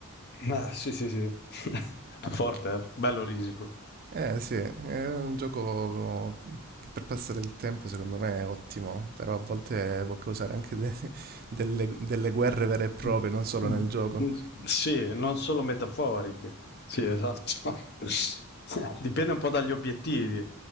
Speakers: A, on the left; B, on the right.
A: Ah, sì, sì, sì. <laughs> Forte, eh? Bello risico.
B: Eh sì, è un gioco che per passare il tempo secondo me è ottimo, però a volte può causare anche de- <laughs> delle, delle guerre vere e proprie,
A: Mm,
B: non solo
A: mm,
B: nel gioco.
A: mm, Sì, non solo metaforiche. Sì, esatto. <laughs> Dipende un po' dagli obiettivi.